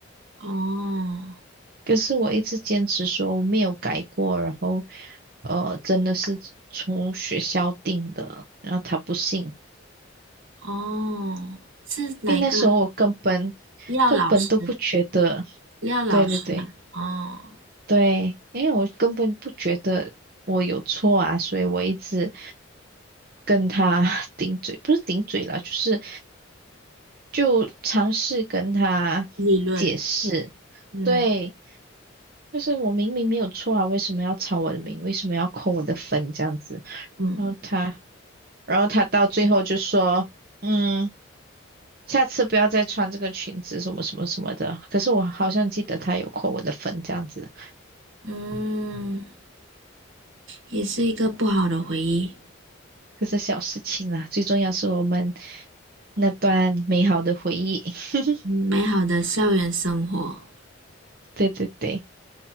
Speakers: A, on the right; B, on the right.
A: 哦
B: 可是我一直坚持说我没有改过，然后呃，真的是从学校订的，然后他不信。
A: 哦，是哪个
B: 因为那时候我根本
A: 廖老师？
B: 根本都不觉得，
A: 廖老师吗？
B: 对对对
A: 哦，
B: 对，因为我根本不觉得我有错啊，所以我一直跟他 <laughs> 顶嘴，不是顶嘴啦，就是就尝试跟他解释，
A: 理论，嗯
B: 对，就是我明明没有错啊，为什么要抄我的名，为什么要扣我的分这样子，
A: 嗯
B: 然后他，然后他到最后就说，嗯。下次不要再穿这个裙子，什么什么什么的。可是我好像记得他有扣我的分这样子。
A: 嗯，也是一个不好的回忆。
B: 这是小事情啦，最重要是我们那段美好的回忆。<laughs>
A: 美好的校园生活，
B: 对对对，